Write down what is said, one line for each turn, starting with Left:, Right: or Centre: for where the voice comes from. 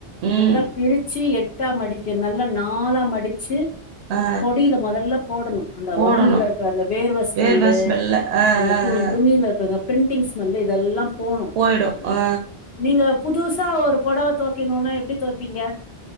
Right: ம்
Left: நல்லா பிரிச்சு எட் எட்டா மடிக்க நல்ல நாலா மடிச்சி
Right: ஆ
Left: கொடில மொதல்ல போடணு அந்த
Right: போடணு
Left: ஒடம்புல இருக்கிற அந்த வேர்வஸ்மல்லு
Right: வேர்வ ஸ்மெல்ல ஆ
Left: அந்த
Right: ஆ ஆ
Left: தூண் துணில இருக்கறத பிரிண்டிங் ஸ்மெல்லு இதெல்லா போனு
Right: போயிடு ஆ
Left: நீங்க புதுஸ் சா ஒரு பொடவ தொவய்க்ணுனா எப்டி தொவப்பீங்க